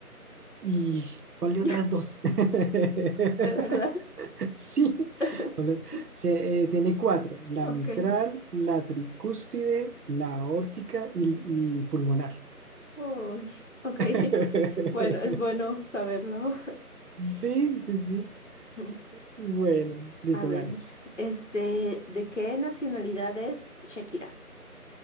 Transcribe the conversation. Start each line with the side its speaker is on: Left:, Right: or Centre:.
Right: ¿Y cuál de
Left: <laughs>
Right: otras dos? <laughs>
Left: De verdad.
Right: Sí,
Left: <laughs>
Right: hola. Se, eh, tiene cuatro, la
Left: Ok.
Right: mitral, la tricúspide, la aórtica y, y pulmonar.
Left: Uy, ok.
Right: <laughs>
Left: <laughs> Bueno, es bueno saberlo.
Right: Sí, sí, sí.
Left: <laughs>
Right: Bueno, listo,
Left: A ver,
Right: dale.
Left: este, ¿de qué nacionalidad es Shakira?